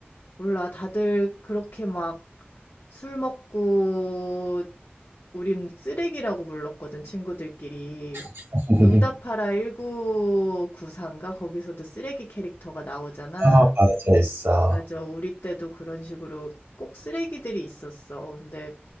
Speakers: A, on the left (about 65°); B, on the right (about 85°).
A: 몰라, 다들 그렇게 막 술 먹고 우린 쓰레기라고 불렀거든, 친구들끼리.
B: <laughs>
A: 음. 응답하라 1994인가? 거기서도 쓰레기 캐릭터가 나오잖아.
B: 아, 맞아 있어.
A: 맞아, 우리 때도 그런 식으로 꼭 쓰레기들이 있었어. 근데